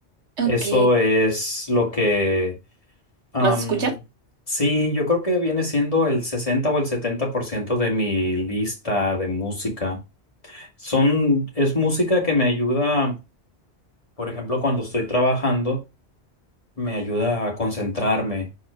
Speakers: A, on the right; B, on the left.
A: Ok.
B: Eso es lo que... am,
A: ¿Más escuchas?
B: sí, yo creo que viene siendo el 60 o el 70% de mi lista de música. Son, es música que me ayuda, por ejemplo, cuando estoy trabajando, me ayuda a concentrarme